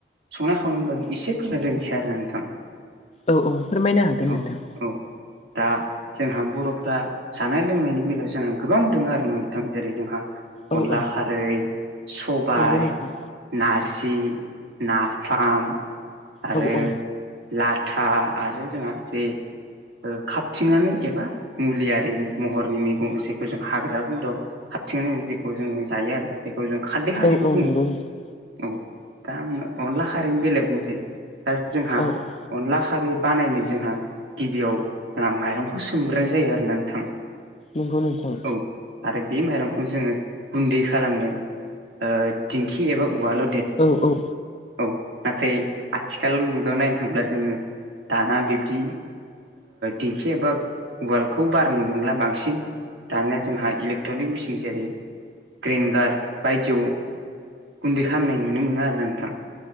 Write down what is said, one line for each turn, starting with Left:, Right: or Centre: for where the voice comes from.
Right: संना खावनायनि बागै एसे फोनायग्रोनोसै आरोा नोंथां
Left: औ औ फोरमायनो हागोन
Right: औ
Left: नोंथां
Right: औ दा जोंहा बर'फ्रा जानाय लोंनायनि बेलायाव जोंहा गोबां दोङो आरो नोंथां जेरै जोंहा
Left: औ
Right: अनला
Left: औ
Right: खारै सबायाइ
Left: नंगौ नोंथां
Right: नारजि नाफाम आरो
Left: औ औ
Right: लाथा आरो जोंहा जे ओ खाबथिंनानै एबा मुलियारिि महरनि मैगं जखौ जों हाग्रा बंग्रायाव खाारथिंनो जखौ जोङो जायो आरो जखौ जों खाद खारैबो
Left: औ औ
Right: बुङो
Left: नंगौ नोंथां
Right: औ दा आङो अनला खारैनि बेलायाव बुंनोसै जोंहा
Left: औ औ
Right: अनला खारै बानायनो जोंहा गिबियाव जोंहा माइरंखौ सोमग्रोनाय जायो आरो ना नोंथां
Left: नंगौ नोंथां
Right: औ आरो बे माइरंखौ जोङो गुन्दै खालामनो ओ दिंखि एबा उवाल
Left: औ औ
Right: औ नाथाय आथिखाल मुगायाव नायनो थांब्ला जोङो दाना बिबदि दिंखि एबा उालखौ बार बुंला बांसिन दानिया जोंहा इलेक्ट्रनिक बुस जेरै ग्रगार बायदियाव गुन्दै खालामामनाय नुनो मोनो आरो नोंथां